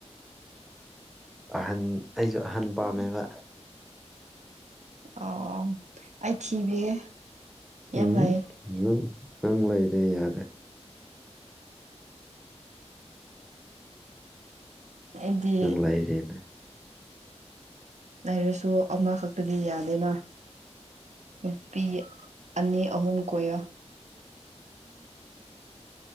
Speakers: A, in the centre; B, on the right.
A: ꯑꯍꯟ ꯑꯩꯖꯨ ꯑꯍꯟ ꯄꯥꯝꯃꯦꯕ
B: ꯑꯣ ꯑꯩ ꯊꯤꯕꯤꯒꯦ ꯌꯥꯝ
A: ꯎꯝ
B: ꯂꯩ
A: ꯊꯤꯕꯤꯔꯅꯨ ꯅꯪ ꯂꯩꯔꯦ ꯌꯥꯔꯦ
B: ꯑꯩꯗꯤ
A: ꯅꯪ ꯂꯥꯏꯔꯦꯅꯦ
B: ꯂꯩꯔꯁꯨ ꯑꯃꯈꯛꯇꯗꯤ ꯌꯥꯗꯦꯅ ꯅꯨꯄꯤ ꯑꯅꯤ ꯑꯍꯨꯝ ꯀꯣꯏꯌꯣ